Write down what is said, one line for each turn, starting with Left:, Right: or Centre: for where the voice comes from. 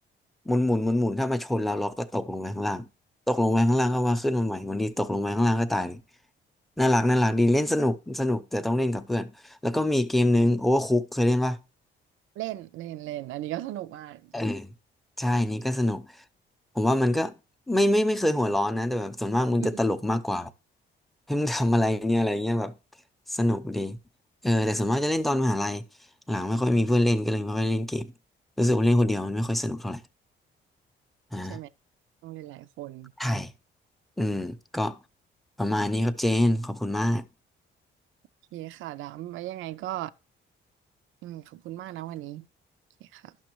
Centre: หมุนหมุนหมุนหมุนถ้ามาชนเราเราก็ตกลงไปข้างล่างตกลงไปข้างล่างก็ว่าขึ้นมาใหม่วันนี้ตกลงไปข้างล่างก็ตายเลยน่ารักน่ารักดีเล่นสนุกสนุกแต่ต้องเล่นกับเพื่อนแล้วก็มีเกมนึงโอเวอร์คุกเคยเล่นปะ
Right: เล่นเล่นเล่นอันนี้ก็สนุกมาก
Centre: เออใช่นี่ก็สนุกผมว่ามันก็ไม่ไม่ไม่เคยหัวร้อนนะแต่แบบส่วนมากมันจะตลกมากกว่าแบบ
Right: อืม
Centre: เพมึงทำอะไรเนี่ยอะไรเงี้ยแบบสนุกดีเออแต่ส่วนมากจะเล่นตอนมหาลัยหลังไม่ค่อยมีเพื่อนเล่นก็เลยไม่ค่อยเล่นเกมรู้สึกว่าเล่นคนเดียวมันไม่ค่อยสนุกเท่าไหร่อ่า
Right: ใช่ไหมต้องเล่นหลายคน
Centre: ใช่อืมก็ประมาณนี้ครับเจนขอบคุณมาก
Right: โอเคค่ะดำไว้ยังไงก็อืมขอบคุณมากนะวันนี้โอเคค่ะ